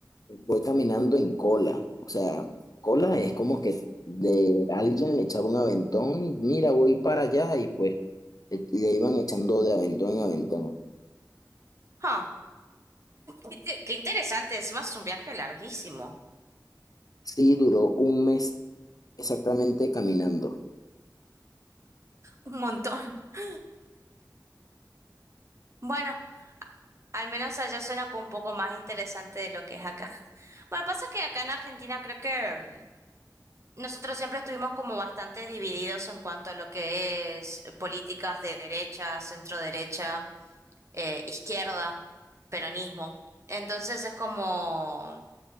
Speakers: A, on the left; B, on the right.
A: fue caminando en cola. O sea, cola es como que de alguien le echaba un aventón, mira, voy para allá y pues le, le iban echando de aventón en aventón.
B: Ah, Qué, te- qué interesante. Encima es un viaje larguísimo.
A: Sí, duró un mes exactamente caminando.
B: Un montón. <laughs> Bueno, Al menos allá suena como un poco más interesante de lo que es acá. <laughs> Bueno, pasa que acá en Argentina creo que mm, nosotros siempre estuvimos como bastante divididos en cuanto a lo que es eh, políticas de derecha, centro derecha, eh, izquierda, peronismo. Entonces es como